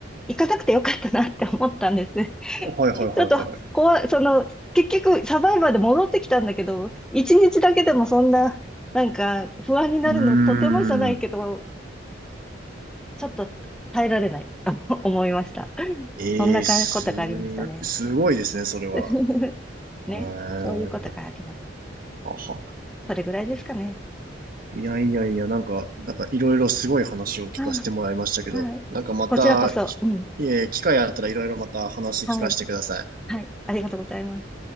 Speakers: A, in the centre; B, on the right (about 50°).
A: 行かなくてよかったなって思ったんです。<laughs>
B: はいはいはいはい。
A: ちょっと怖い、その、結局サバイバーで戻ってきたんだけど、一日だけでもそんな、なんか不安になるのとてもじゃないけど、
B: うーん。
A: ちょっと耐えられない、<laughs> あの思いました。
B: ええ、
A: そんなかことがありましたね。
B: す、すごいですね、それは。
A: <laughs>
B: へえ
A: ね、そういうことがありました。
B: はは。
A: それぐらいですかね。
B: いやいやいや、なんか、なんかいろいろすごい話を聞かせてもらいましたけど、
A: あ、はい。
B: なんかまた、
A: こちらこそ、
B: きいえ、
A: うん。
B: 機会あったらいろいろまた話聞かせてください。
A: はい。はい。ありがとうございます。